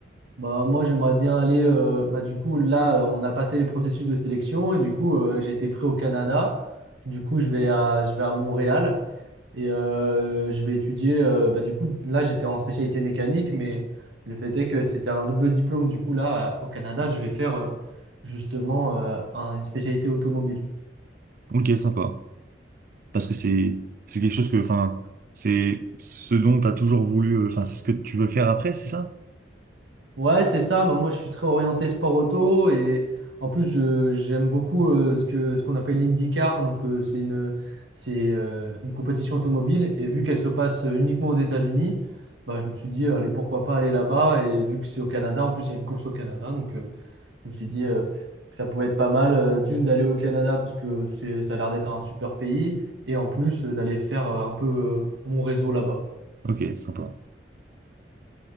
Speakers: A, on the right; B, on the right.
A: Bah, moi, j'aimerais bien aller. euh, bah, du coup, là, euh, on a passé les processus de sélection et du coup, euh, j'ai été pris au Canada. Du coup, je vais à, je vais à Montréal et euh, je vais étudier. euh, bah, du coup, là, j'étais en spécialité mécanique, mais le fait est que c'était un double diplôme. Du coup, là, euh, au Canada, je vais faire euh, justement euh, un- une spécialité automobile.
B: Ok, sympa. parce que c'est c'est quelque chose que enfin c'est ce dont tu as toujours voulu euh, enfin c'est ce que tu veux faire après c'est ça?
A: Ouais, c'est ça. Bah, moi, je suis très orienté sport auto et en plus, je- j'aime beaucoup euh, ce que, ce qu'on appelle l'IndyCar. Donc, euh, c'est une, c'est, euh, une compétition automobile et vu qu'elle se passe euh, uniquement aux États-Unis, bah, je me suis dit, allez, pourquoi pas aller là-bas et vu que c'est au Canada, en plus, il y a une course au Canada. Donc, euh, je me suis dit euh, que ça pouvait être pas mal euh, d'une d'aller au Canada parce que c'est, ça a l'air d'être un super pays et en plus euh, d'aller faire euh, un peu euh, mon réseau là-bas.
B: Ok sympa.